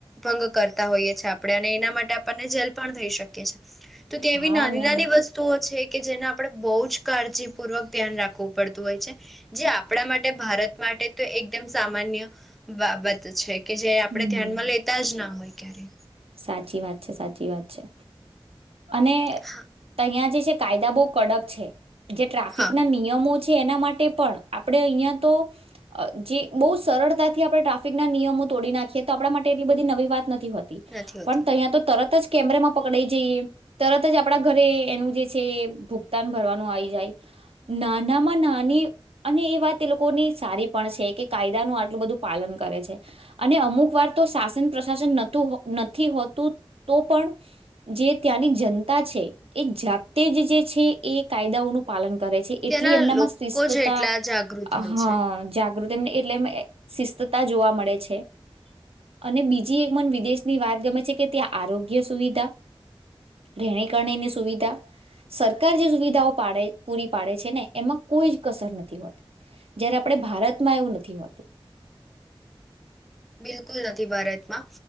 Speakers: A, in the centre; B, on the right.
A: ભંગ કરતા હોઈએ છેએ આપણે અને એના માટે આપણને જેલ પણ થઈ શકીએ છીએ. તો તેવી
B: હા
A: નાની
B: ના
A: નાની વસ્તુઓ છે. કે જેને આપડે બહુ જ કાળજીપૂર્વક ધ્યાન રાખવું પડતું હોય છે. જે આપણા માટે ભારત માટે તો એકદમ સામાન્ય બાબત છે. કે જે આપડણે
B: હમ
A: ધ્યાનમાં લેતા જ ના હોય. ક્યારે
B: સાચી વાત છે. સાચી વાત છે. અને
A: હા
B: તેઇયા જે છે કાયદા બહુ કડક છે. જે ટ્રાફિક
A: હા
B: ના નિયમો એના માટે પણ આપણે અહીયાં તો જે બહુ સરળતાથી આપણે ટ્રાફિકના નિયમો તોડી નાખીએ તો આપણા માટે એટલી બધી નવી વાત નથી હોતી. પણ
A: નથી હોતી
B: તહીંયા તો તરત તરત જ કેમેરામાં પકડાઈ જઈએ તરત જ આપણા ઘરે એનું જે છે ભુગતાન ભરવાનું આવી જાય. નાનામાં નાની અને એ વાત એ લોકોની સારી પણ છે કે કાયદાનું આટલું બધું પાલન કરે છે. અને અમુક વાર તો શાસન પ્રશાસન નહતું નથી હોતું તો પણ જે ત્યાંની જનતા છે એ જાતે જ જે છે એ કાયદાઓનું પાલન કરે છે
A: ત્યાંના
B: એટલે એમના
A: લોકો
B: શિષ્ટતા
A: જ એટલા જાગૃત
B: અહા
A: હોય છે
B: જા એટલે શિસ્તતા જોવા મળે છે. અને બીજી એક મન વિદેશ ની વાત ગમે છે કે ત્યાં આરોગ્ય સુવિધા, રહેેણી કરણીની સુવિધા, સરકાર જે સુવિધાઓ પાડે, પૂરી પાડે છે ને એમાં કોઈ જ કસર નથી હોતી. જયારે આપણે ભારતમાં એવું નથી. નથી હોતું
A: બિલકુલ નથી ભારતમાં